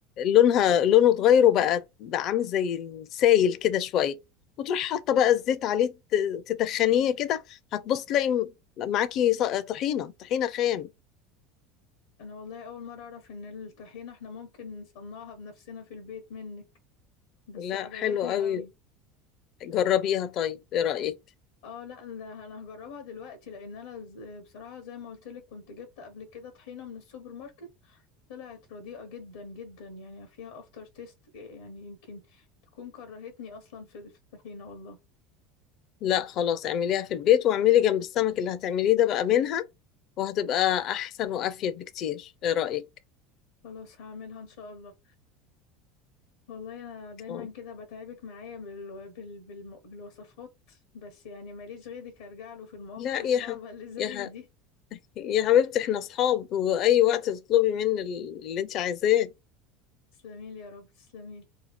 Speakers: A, on the left (about 50°); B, on the left (about 80°).
A: لونها لونه اتغير وبقى بقى عامل زي السايل كده شوية وتروحي حاطة بقى الزيت عليه ت- تتخنيه كده هتبص تلاقي معاكي ص- طحينة طحينة خام
B: انا والله اول مره اعرف ان الطحينه احنا ممكن نصنعها بنفسنا في البيت منك بس
A: لا
B: عجبتني
A: حلو قوي
B: قوي
A: جربيها طيب ايه رأيك
B: اه لا ده انا هجربها دلوقتي لان انا ز- بصراحه زي ما قلت لك كنت جبت قبل كده طحينه من السوبر ماركت طلعت رديئه جدا جدا يعني فيها افتر تيست يعني يمكن تكون كرهتني اصلا في في الطحينه والله
A: لا خلاص اعمليها في البيت واعملي جنب السمك اللي هتعمليه ده بقى منها وهتبقى احسن وافيد بكتير ايه رأيك
B: خلاص هعملها ان شاء الله والله انا دايما
A: اه
B: كده بتعبك معايا بال... بال... بال... بالوصفات بس يعني ماليش غيرك ارجع له في المواقف
A: لا
B: الصعبه
A: يا ح...
B: اللي زي
A: يا ح...
B: دي
A: يا حبيبتي احنا اصحاب واي وقت تطلبي مني اللي انت عايزاه
B: تسلميلي يا رب تسلميلي